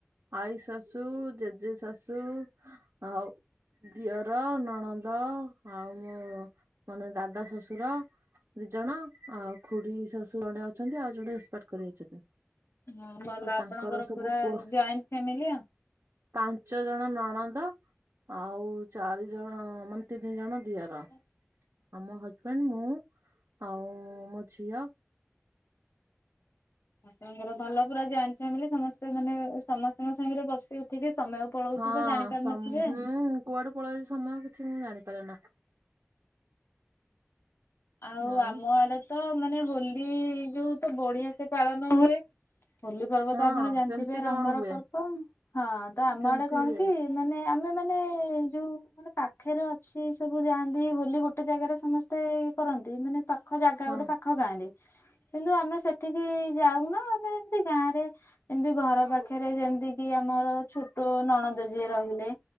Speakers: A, on the right (about 80°); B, on the left (about 65°).
A: ଆଈ ଶାଶୁ ଜେଜେ ଶାଶୁ ଆଉ ଦିଅର ନଣ ଣନ୍ଦ ଆଉଁ ମୋ ମାନେ ଦାଦା ଶଶୁର ଦି ଜଣ ଆଉ ଖୁଡି ଶାଶୁ ଜଣେ ଅଛନ୍ତି ଆଉ ଜଣେ ଏକ୍ସପାଏଡ୍ କରିଯାଇଛନ୍ତି।
B: ହଁ ଭଲ
A: ଆଉ ତାଙ୍କର
B: ଆପଣଙ୍କର
A: ସବୁ
B: ପୁରା
A: ପୁଅ
B: ଜଏଣ୍ଡେ ଫ୍ୟାମିଲି ଆଉ।
A: ପାଞ୍ଚ ଜଣ ନଣଦ ଆଉଁ ଚାରି ଜଣ ହଁ ମାନେ ତିନି ଜଣ ଦିଅର।
B: ହ <inaudible>
A: ଆଉ ମୋ ହଜବେଣ୍ଡେ ମୁଁ ଆଉ ମୋ ଝିଅ।
B: ହ <inaudible> ତମର ଭଲ ପୁରା ଜଏଣ୍ଡେ ଫ୍ୟାମିଲ୍ ସମସ୍ତେ ମାନେ ସମସ୍ତଙ୍କ ସାଙ୍ଗରେ ବସି ଉଠିକି ସମୟ ପଳଉଥିବ
A: ହଁ
B: ଜାଣି ପାରୁନଥିବେ।
A: ସମ -ହୁଁ କୁଆଡୁ ପଳାଇଯାଏଁ ସମୟ କିଛି ମୁଁ ଜାଣିପାରେ ନାଁ।
B: ଆଉ
A: ହଁ
B: ଆମ ଆଡେ ତ ମାନେ ହୋଲି ଯୋଉଁ ତ ବଢିଆ ସେ ପାଳନ ହୁଏ। ହୋଲି ପର୍ବ
A: ହଁ
B: ତ ଆପଣ ଜାଣିଥିବେ
A: କେମିତି
B: ରଙ୍ଗର
A: କଣ ହୁଏ
B: ପର୍ବ। ହଁ ତ ଆମେ
A: କେମିତି
B: ଆଡେ କଣ
A: ହୁଏ
B: କି? ମାନେ ଆମେ ମାନେ ଯୋଉଁ ମାନେ ପାଖରେ ଅଛି ସବୁ ଯାଆନ୍ତି। ହୋଲି ଗୋଟେ ଜାଗାରେ ସମସ୍ତେ ମୋତେ ଇଏ କରନ୍ତି। ମାନେ ପାଖ ଜାଗା
A: ହଁ
B: ଗୋଟେ ପାଖ ଗାଁରେ କିନ୍ତୁ ଆମେ ସେଠିକି ଯାଉନା ଆମେ ଏମିତି ଗାଁ ରେ। ଏମିତି ଘର ପାଖରେ ଯେମିତି କି ଆମର ଛୋଟ ନଣଦ ଯିଏ ରହିଲେ।